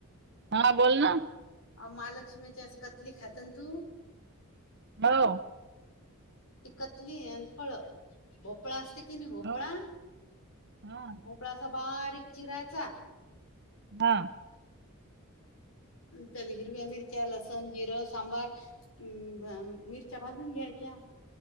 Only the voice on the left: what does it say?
अ महालक्ष्मीची आस कतली खात ना तू?
ती कतली आणि फळ भोपळा असते कि नाही, भोपळा?
भोपळा असा बारीक चिरायचा.
त्याला हिरव्या मिरच्या, लसन, जिरा सांबार हम्म भा मिरच्या भाजून घ्याच्या.